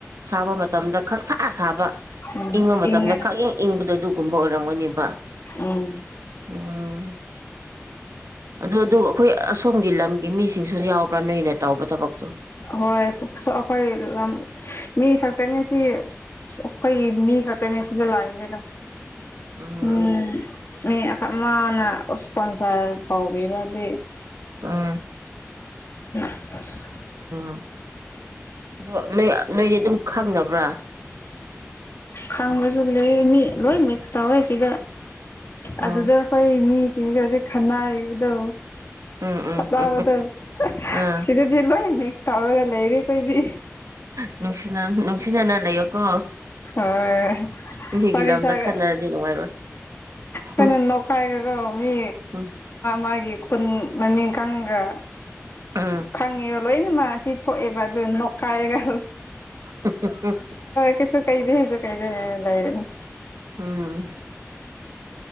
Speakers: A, on the right; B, on the left.
A: ꯁꯥꯕ ꯃꯇꯝꯗ ꯈꯪꯁꯥ ꯁꯥꯕ
B: ꯎꯝ
A: ꯏꯪꯕ ꯃꯇꯝꯗ
B: ꯏꯪꯉꯦ
A: ꯈꯛꯪ ꯏꯪꯕꯗꯣ ꯑꯗꯨꯒꯨꯝꯕ ꯑꯣꯏꯔꯝꯒꯅꯦꯕ
B: ꯎꯝ
A: ꯑ ꯑꯗꯨ ꯑꯗꯨ ꯑꯩꯈꯣꯏ ꯑꯁꯣꯝꯒꯤ ꯂꯝꯒꯤ ꯃꯤꯁꯤꯡꯁꯨ ꯌꯥꯎꯕ꯭ꯔꯥ ꯅꯣꯏꯅ ꯇꯧꯕ ꯊꯕꯛ
B: ꯍꯣꯏ ꯑꯩꯈꯣꯏ ꯂꯝ ꯃꯤ ꯈꯛꯇꯅꯦ ꯁꯤ ꯑꯩꯈꯣꯏꯒꯤ ꯃꯤ ꯈꯛꯇꯅꯦ ꯁꯤꯗ ꯂꯥꯛꯏꯁꯤꯦꯒ
A: ꯎꯝ
B: <unintelligible> ꯞ ꯃꯥꯅ ꯏꯁꯄꯣꯟꯁꯔ ꯇꯥꯎꯕꯤꯕꯗꯤ
A: ꯑꯥ
B: ꯎꯝ
A: ꯑ ꯅꯣꯏ ꯅꯣꯏꯗꯤ ꯑꯗꯨꯝ ꯈꯪꯅꯕ꯭ꯔꯥ
B: ꯈꯪꯕꯁꯨ ꯂꯩ ꯃꯤ ꯂꯣꯏ ꯃꯤꯛꯁ ꯇꯧꯋꯦ ꯁꯤꯗ ꯑꯗꯨꯗ
A: ꯎꯝ
B: ꯑꯩꯈꯣꯏ ꯃꯤ ꯁꯤꯒꯁ ꯈꯟꯅꯔꯤꯕꯗꯣ
A: ꯎꯝ ꯎꯝ
B: ꯕꯗꯣ
A: ꯎꯝ ꯑꯥ
B: ꯁꯤꯗꯗꯤ ꯂꯣꯏ ꯃꯤꯛꯁ ꯇꯧꯔꯒ ꯂꯩꯔꯤ ꯀꯣꯏꯗꯤ
A: ꯅꯨꯡꯁꯤꯅ ꯅꯨꯡꯁꯤꯅꯅ ꯂꯩꯌꯣꯀꯣ
B: ꯑꯣ
A: ꯃꯤꯒꯤ
B: ꯐꯔꯤꯁꯒ
A: ꯂꯝꯗ ꯈꯠꯅꯔꯗꯤ ꯅꯨꯡꯉꯥꯏꯔꯣꯏ
B: ꯐ
A: ꯎꯝ
B: ꯈꯥꯏꯒ ꯃꯤ
A: ꯎꯝ
B: ꯃꯥꯒꯤ ꯈꯨꯟ ꯃꯃꯤꯡ ꯪꯒ
A: ꯎꯝ
B: ꯈꯪꯉꯦꯕ ꯂꯣꯏꯅꯃꯛ ꯑꯁꯤ ꯊꯣꯛꯑꯦꯕ ꯑꯗꯨ ꯅꯣꯛꯈꯥꯏꯔꯒ
A: ꯎ ꯎ
B: ꯀꯁꯨ ꯀꯩꯗꯦꯁꯨ ꯀꯩꯗꯦꯦ ꯂꯩ
A: ꯎꯝ